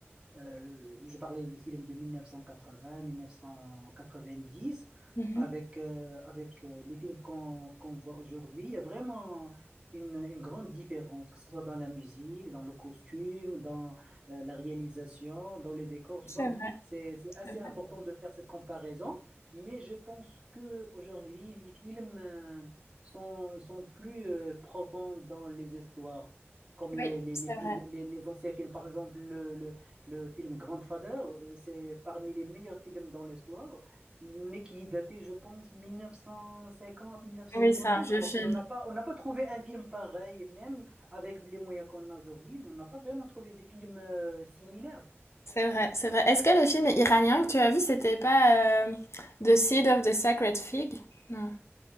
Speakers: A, on the right; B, on the left.
A: euh, je parlais des films de 1980, 1990,
B: Mmh
A: avec, euh, avec euh, les films qu'on qu'on voit aujourd'hui. Il y a vraiment une, une grande différence, que ce soit dans la musique, dans le costume, dans euh, la réalisation, dans les décors, tu
B: C'est
A: vois.
B: vrai,
A: C'est, c'est assez
B: c'est vrai.
A: important de faire cette comparaison, mais je pense que aujourd'hui les films euh, sont, ils sont plus euh, profonds dans les histoires, comme les,
B: Oui,
A: les,
B: c'est
A: les, fil-
B: vrai.
A: les, les anciens films. Par exemple, le, le le film Grandfather, euh, c'est parmi les meilleurs films dans l'histoire, mais qui est daté, je pense, 1950-1960.
B: Oui, c'est un vieux
A: Alors
B: film.
A: qu'on n'a pas, on n'a pas trouvé un film pareil, même avec les moyens qu'on a aujourd'hui, mais on n'a pas vraiment trouvé des films euh, similaires.
B: C'est vrai, c'est vrai. Est-ce que le film iranien que tu as vu, c'était pas, heu, The Seed of the Sacred Fig? Non.